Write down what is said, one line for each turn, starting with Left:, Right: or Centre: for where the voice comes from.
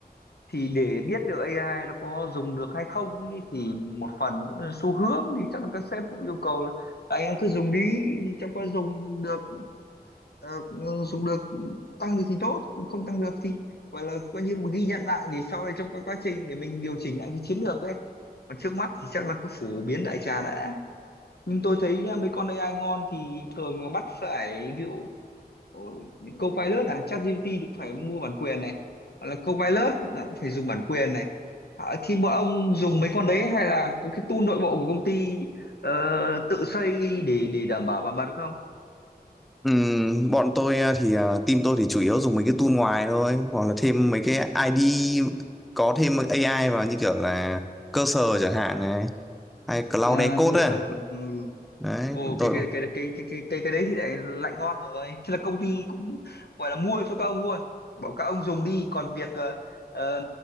Left: thì để biết được AI nó có dùng được hay không ý, thì một phần cũng là xu hướng thì chắc là các sếp cũng yêu cầu là anh em cứ dùng đi trong quá dùng được ờ, dùng được tăng được thì tốt còn không tăng được thì gọi là coi như một ghi nhận lại để sau này trong các quá trình để mình điều chỉnh lại cái chiến lược đấy còn trước mắt thì chắc là cứ phổ biến đại trà đã nhưng tôi thấy nhá, mấy con AI ngon thì thường là bắt phải ví dụ Ồ, những Copilot à, ChatGPT cũng phải mua bản quyền này, hoặc là Copilot là cũng phải dùng bản quyền này. À, thì bọn ông dùng mấy con đấy hay là có cái tool nội bộ của công ty ờ, tự xây để để đảm bảo bảo mật không?
Centre: Ừm, bọn tôi à, thì à, team tôi thì chủ yếu dùng mấy cái tool ngoài thôi hoặc là thêm mấy cái ID có thêm AI vào như kiểu là cursor chẳng hạn này hay cloud
Left: À,
Centre: decode
Left: cơ sở,
Centre: ấy.
Left: ừ.
Centre: đấy
Left: Ồ
Centre: bọn tôi
Left: cái cái cái cái cái cái cái cái đấy thì lại lại ngon rồi. Thế là công ty cũng gọi là mua cho các ông luôn. Bảo các ông dùng đi, còn việc ờ, ờ,